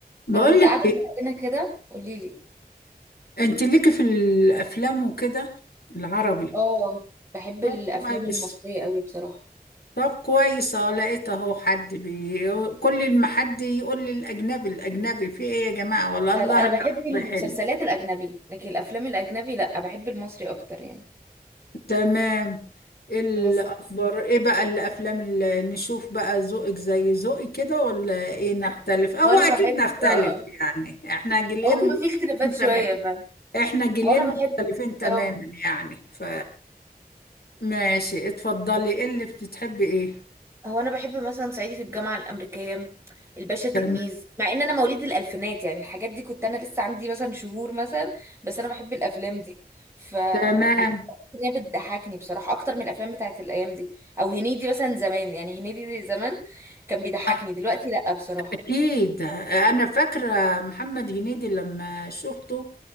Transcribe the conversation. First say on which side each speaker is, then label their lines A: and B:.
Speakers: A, on the left; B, on the right.
A: بقولك
B: انا كنت قاعده
A: ايه
B: زهقانه كده قولي لي
A: انت ليكي في الافلام وكده العربي
B: اه بحب
A: طب
B: الافلام
A: كويس
B: المصريه قوي بصراحه
A: طب كويس اهو لقيت اهو حد بي كل ما حد يقول لي الاجنبي الاجنبي في ايه يا جماعه والله
B: لا
A: الله
B: لا انا
A: الأكبر
B: بحب المسلسلات
A: حلو
B: الاجنبي لكن الافلام الاجنبي لا بحب المصري اكتر يعني
A: تمام إيه الاخبار
B: بس
A: ايه بقى الافلام اللي نشوف بقى ذوقك زي ذوقي كده ولا ايه نختلف او
B: وانا
A: اكيد
B: بحب
A: نختلف
B: اه آه،
A: يعني احنا جيلين
B: ممكن
A: مختلفين
B: يبقى في اختلافات شويه
A: تمام
B: فاهم
A: احنا جيلين
B: وانا
A: مختلفين
B: بحب
A: تماما
B: اه
A: يعني ف ماشي اتفضلي ايه اللي بتحبي ايه
B: هو انا بحب مثلا صعيدي في الجامعه الامريكيه الباشا تلميذ
A: تمام
B: مع ان انا مواليد الالفينات يعني الحاجات دي كنت انا لسه عندي مثلا شهور مثلا بس انا بحب الافلام دي ف
A: تمام
B: بت- هي بتضحكني بصراحه اكتر من الافلام بتاعت الايام دي او هنيدي مثلا زمان يعني هنيدي دي زمان كان بيضحكني
A: اه
B: دلوقتي لا بصراحه
A: أكيد أنا فاكرة محمد هنيدي لما شفته